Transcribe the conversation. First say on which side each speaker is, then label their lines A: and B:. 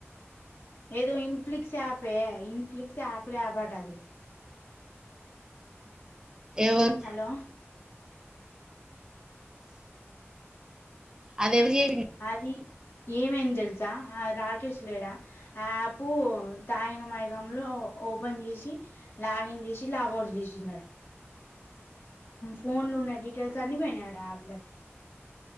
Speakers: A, on the left (about 50°); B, on the right (about 15°).
A: ఏదో ఇన్ఫ్లిక్స్ యాపే ఇన్ఫ్లిక్స్ యాప్ యాప్ట అది
B: ఎవరు
A: హలో
B: అది ఎవరు చేసిల్లు
A: అది ఏమేం తెలుసా ఆ రాకేష్ లేడా ఆ ఆపు తాగిన మైగంలో ఓపెన్ చేసి లాన్ చేసి లాట్ చేసి ఫో లో డిటల్స్నిపో అలకి